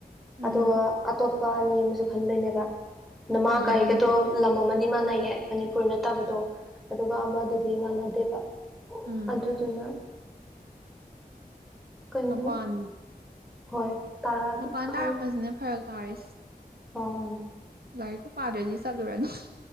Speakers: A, on the right (about 70°); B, in the centre.
A: ꯎꯝ
B: ꯑꯗꯨꯒ ꯑꯇꯣꯞꯄ ꯑꯅꯤ ꯑꯃꯁꯨ ꯈꯟꯗꯣꯏꯅꯦꯕ ꯑꯗ ꯃꯥ
A: ꯎꯝ ꯎꯝ
B: ꯒꯥꯔꯤꯒꯗꯣ
A: ꯎꯝ
B: ꯂꯝ ꯑꯃꯅꯤ ꯃꯥꯟꯅꯩꯌꯦ ꯃꯅꯤꯄꯨꯔ ꯅꯠꯇꯕꯗꯣ ꯑꯗꯨꯒ ꯑꯃꯗꯨꯗꯤ ꯃꯥꯟꯅꯗꯦꯕ
A: ꯎꯝ
B: ꯑꯗꯨꯗꯨꯅ ꯀꯩꯅꯣ
A: ꯃꯄꯥꯟ
B: ꯍꯣꯏ ꯇꯥꯔꯛꯑꯗꯤ
A: ꯃꯄꯥꯟ
B: ꯈꯪꯗꯦ
A: ꯇꯥꯔꯛꯄꯁꯤꯅꯦ ꯐꯔꯛ ꯇꯥꯔꯁ
B: ꯑꯥ
A: ꯂꯥꯏꯔꯤꯛꯄꯨ ꯄꯥꯗ꯭ꯔꯗꯤ ꯆꯠꯂꯨꯔꯅꯨ